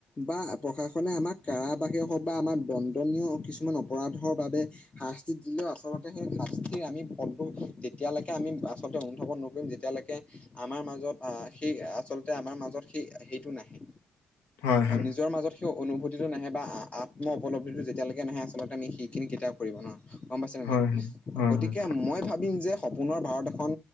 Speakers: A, on the left; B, on the left.
A: বা প্ৰশাসনে আমাক কাৰাবাসে হওক বা আমাৰ দন্দনীয় কিছুমান অপৰাধৰ বাবে শাস্তি দিলেও আচলতে সেই শাস্তিৰ আমি ফলটো তেতিয়ালৈকে আমি আচলতে অনুভৱ ন ম যেতিয়ালৈকে আমাৰ মাজত সেই আচলতে আমাৰ মাজত সেই সেইটো নাহে
B: হয়,
A: আৰু
B: হয়।
A: নিজৰ মাজত সেই অনুভূতিটো নাহে বা আম্ম উপলব্ধিটো যেতিয়ালৈকে নাহে, আচলতে আমি সেইখিনি কেতিয়াও কৰিব নোৱাৰো। গম পাইছেনে
B: হয়,
A: নাই?
B: হয়। হয়,
A: গতিকে
B: হয়।
A: মই ভাবিম যে সপোনৰ ভাৰত এখন